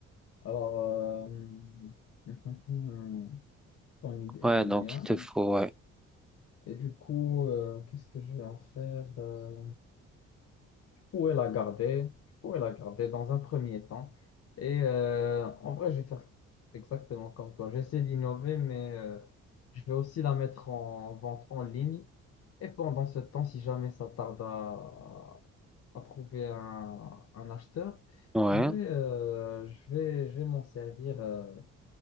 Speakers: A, on the left (about 55°); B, in the centre.
A: Alors, euh, <laughs> ton idée, elle
B: ouais,
A: est
B: donc
A: bien.
B: il te faut, ouais,
A: Et du coup, euh, qu'est-ce que je vais en faire? euh, pourrais la garder, je pourrais la garder dans un premier temps. Et euh, en vrai, je vais faire exactement comme toi. J'essaie d'innover, mais euh, je vais aussi la mettre en vente en ligne. Et pendant ce temps, si jamais ça tarde à, à trouver un, un acheteur,
B: ouais,
A: je vais, euh, je vais, je vais m'en servir. euh,